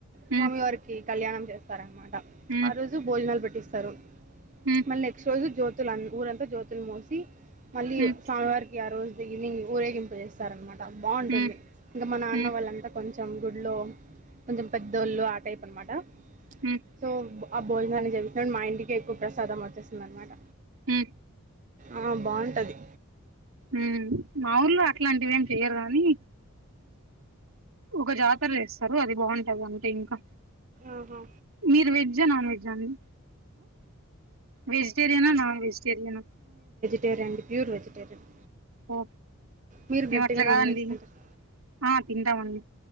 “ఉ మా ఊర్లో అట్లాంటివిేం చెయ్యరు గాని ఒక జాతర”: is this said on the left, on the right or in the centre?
Right